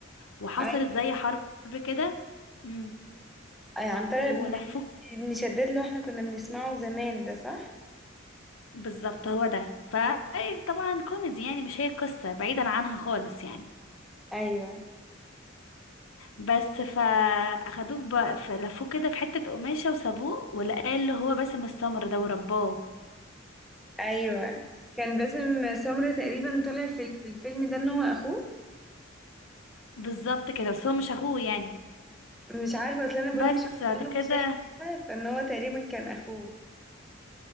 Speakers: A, on the left; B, in the centre.
A: وحصلت
B: ايوه
A: زي حرب كده امم
B: أي عن طريق
A: ولفوه
B: ابن ابن شداد اللي احنا كنا بنسمعه زمان ده صح
A: بالظبط هو ده فطبعا كوميدي يعني مش هي قصة بعيدا عنها خالص يعني
B: ايوه
A: بس فاخدوه في بق- فلفوه كده في حتة قماشة وسابوه ولقاه اللي هو باسم السمر ده ورباه
B: ايوه كان باسم سمرة تقريبا طلع في ال- في الفيلم ده ان هو اخوه
A: بالظبط كده بس هو مش اخوه يعني
B: مش عارفه اصل انا بقولك
A: بس
B: شفت
A: بعد
B: منه
A: كده
B: مشاهد كده فان هو تقريبا كان اخوه